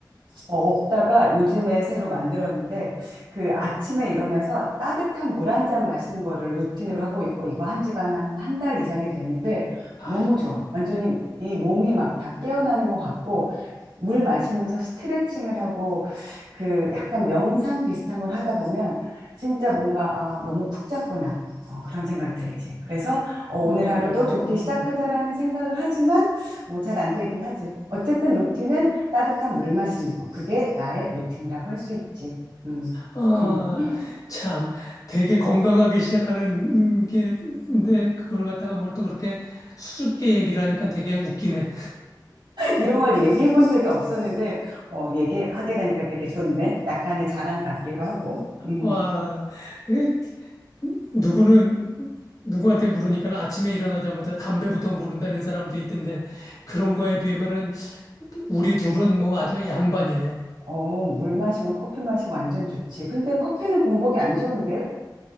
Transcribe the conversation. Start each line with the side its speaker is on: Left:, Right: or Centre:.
Right: 어, 없다가 요즘에 새로 만들었는데 그 아침에 일어나서 따뜻한 물 한잔 마시는 거를 루틴으로 하고 있고 이거 한 지가 한 한 달 이상이 됐는데
Left: 아이고.
Right: 너무 좋아. 완전히 이 몸이 막 다 깨어나는 것 같고 물 마시면서 스트레칭을 하고 그 약간 명상 비슷한 걸 하다 보면 진짜 뭔가 아, 너무 푹 잤구나. 어, 그런 생각이 들지. 그래서 어, 오늘
Left: 어,
Right: 하루도 좋게 시작하자라는 생각을 하지만 뭐 잘 안 되긴 하지. 어쨌든 루틴은 따뜻한 물 마시는 거. 그게 나의 루틴이라고 할 수 있지. 음.
Left: 아,
Right: <laughs>
Left: 참, 되게 건강하게 시작하는 게, 근데 그걸 갖다가 뭘 또 그렇게 수줍게 얘기를 하니까 되게 웃기네.
Right: 이런 걸 얘기해 본 적이 없었는데, 어, 얘기하게 되니까 되게 좋네. 약간의 자랑 같기도 하고. 음.
Left: 와, 이게 누구는, 누구한테 물으니까 아침에 일어나자마자 담배부터 물은다는 사람도 있던데, 그런 거에 비하면은 우리 둘은 뭐 아주 양반이네.
Right: 어, 물 마시고 커피 마시고 완전 좋지. 근데 커피는 공복이 안 좋은데?